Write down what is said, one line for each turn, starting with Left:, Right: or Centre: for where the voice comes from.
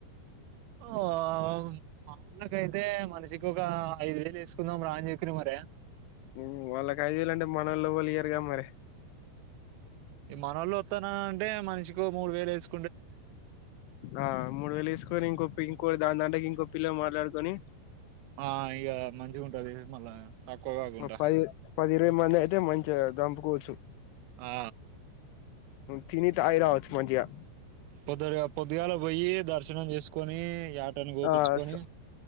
Right: ఓమ్ మా అన్నకైతే మనిషికి కోకా ఐదు వేలు ఏసుకుందాం రా అని చెప్పిన మరి
Left: ఉమ్మ్ వాళ్ళకి ఐదు వేలు అంటే మనోళ్లు ఎవళ్ళు ఇయరుగా మరి
Right: ఈ మనోళ్ళు వత్తానని అంటే మనిషికి ఓ మూడు వేలు ఏసు
Left: ఆ మూడు వేలు ఏసుకొని ఇంకొ ఇంకోటి దాని దాంట్లోకి ఇంకో పిల్ల మాట్లాడుకొని
Right: ఆ ఇగ మంచిగుంటది మళ్ళా తక్కువ కాకుండా
Left: ఆ పది పది ఇరవై మంది అయితే మంచిగా దంపుకోవచ్చు
Right: ఆ
Left: తిని తాగి రావచ్చ మంచిగా
Right: పొద్దుగాల పొద్దుగాల పోయి దర్శనం చేసుకొని యాటను కోపించుకొని
Left: ఆ స